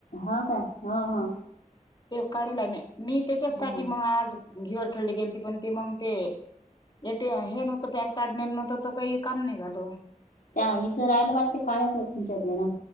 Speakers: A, on the left (about 90°); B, on the left (about 30°).
A: हा काय हा हा.
B: काढला आहे मी मी त्याच्याचसाठी
A: हा
B: मग आज गेलेती पण ते मग ते एटी हे नव्हतं पॅन कार्ड नेल नव्हतं त काही काम नाही झाल
A: त्या हचं राहायला वाटते काढयच तुमच्या बरा